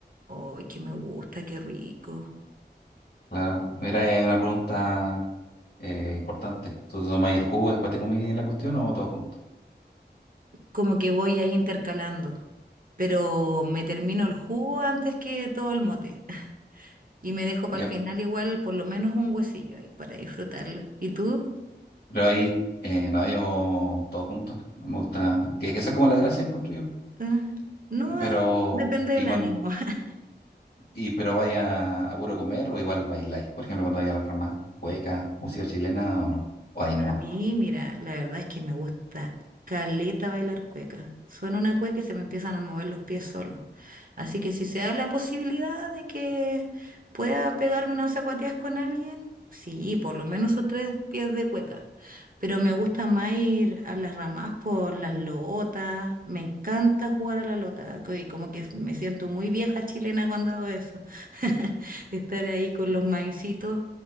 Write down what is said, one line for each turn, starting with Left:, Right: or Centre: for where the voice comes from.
Right: ¡Ay, que me gusta, qué rico!
Left: claro. Mira, ahí hay una pregunta eh, importante. ¿Tú te tomás el jugo después te comí la cuestión o todo junto?
Right: Como que voy ahí intercalando. Pero me termino el jugo antes que todo el mote. <laughs> Y me dejo para
Left: Ya.
Right: el final igual por lo menos un guasillo ahí para disfrutarlo. ¿Y tú?
Left: Pero ahí eh, no yo todo junto. Me gusta. Que, que esa es como la gracia, encuentro yo.
Right: Ah, no
Left: Y Pero,
Right: hay, depende
Left: y
Right: del
Left: cuando,
Right: ánimo. <laughs>
Left: y pero vaya a puro comer o igual bailáis. Por ejemplo, cuando vaya a la rama, cueca, música chilena o no. O ahí
Right: A
Left: nomás.
Right: mí, mira, la verdad es que me gusta caleta bailar cueca. Suena una cueca y se me empiezan a mover los pies solos. Así que si se da la posibilidad de que pueda pegarme unas zapatillas con alguien, sí, por lo menos sus tres pies de cueca. Pero me gusta más ir a las ramas por las lotas. Me encanta jugar a la lota. co- Y como que me siento muy vieja chilena cuando hago eso. <laughs> Estar ahí con los maicitos